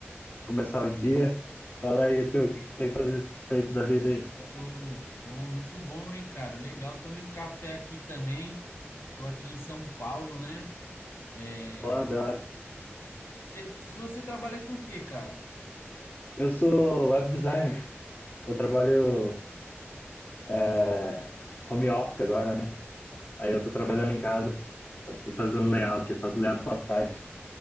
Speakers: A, on the left (about 40°); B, on the left (about 65°).
A: começar o dia. Fala aí, tu, o que que você tem fazer, feito da vida aí?
B: Ô, ô, muito bom, hein, cara? Legal. Tomei um café aqui também. Tô aqui em São Paulo, né? É...
A: Ó, da hora.
B: Cê, você trabalha com o quê, cara?
A: Eu sou web designer. Eu trabalho é, home office agora, né? Aí eu tô trabalhando
B: Ah,
A: em casa e fazendo layout. Eu faço layout pra site.